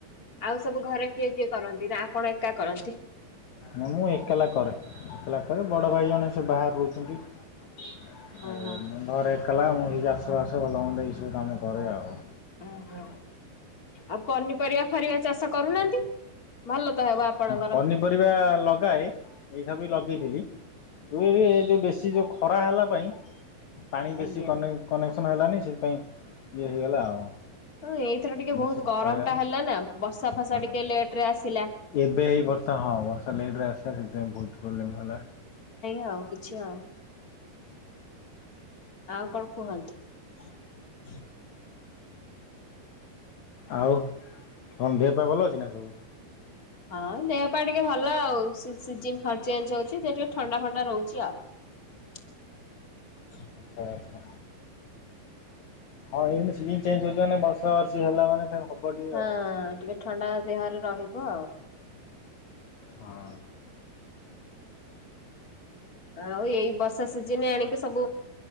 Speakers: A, on the left; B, on the left.
A: ଆଉ ସବୁ ଘରେ କିଏ? କରନ୍ତି ନା ଆପଣ ଏକା କରନ୍ତି
B: ମୁଁ ଏକଲା କରେ ଏକଲା
A: ହଁ
B: ବଡ ଭାଇ ଜଣେ ସେ ବା ବାହାର ରହୁଛନ୍ତି ଓ
A: ହଁ
B: ମୁଁ ଘରେ କଲା ମୁଁଇ ଆକ୍ସ ବାସ ଭଲ ମନ୍ଦେ ଏସବୁ କାମ କରେ ଆଉ
A: ଓହୋ ଆଉ ପନିପରିବା ଫରିବା ଚାଷ କରୁନାହାନ୍ତି ଭଲ ତ ହେବ ଆପଣଙ୍କର
B: ପନିପରିବା ଲଗାଏ ଏସାବି ଲଗା ଦେଇଥିଲ ଦୁ ଯୋଉ ବେଶୀ ଯୋଉ ଖରା ହେଲା ପାଇଁ ପାଣି
A: ଆଜ୍ଞା।
B: ବେଶୀ କନେକ୍ସନ ନ ହେଲାନି ସେଥିପାଇଁ ଇଏ ହେଇଗଲା ଆଉ
A: ହଁ ଏଇଥର ଟିକେ ବହୁତ
B: ସେ
A: ଗରମ
B: ଫଳିଲାନି
A: ଟା ହେଲା ନା ବର୍ଷା ଫସା
B: ହଁ।
A: ଟିକେ ଲେଟରେ ଆସିଲା
B: ଏବେ ଏଇ ବର୍ଷା ହଁ ବର୍ଷା ଲେଟରେ ଆସିଲା ସେଥିପାଇଁ ବହୁତ ପ୍ରୋବ୍ଲେମ ହେଲା
A: ହଉ କିଛି ଆଉ ଆଉ କଣ କୁହନ୍ତୁ
B: ଆଉ ତମ ଦେହ ପା ଭଲ ଅଛି ନା ସବୁ?
A: ହଁ ଦେହ ପା ଟିକେ ଭଲ ଆଉ ସିଜିନ ଚେଞ୍ଜ ହଉଛି ସେ ଟିକେ ଥଣ୍ଡା ଫଣ୍ଡା ରହୁଛି ଆଉ ହଁ <inaudible>
B: ଆଛା ଆଛା ହଁ ଏଇନେ ସିଜିନ ଚେଞ୍ଜ ହଉଛେ ନା ହେଲା ମାନେ ଫେର୍ ହବ ଟିକେ
A: ହଁ
B: ଆଉ କଣ କରିବା
A: ଟିକେ ଥଣ୍ଡା ଦେହରେ ରହିବ ଆଉ
B: ହଁ
A: ଆଉ ଏଇ ବର୍ଷା ସିଜନରେ ଆଣିକି ସବୁ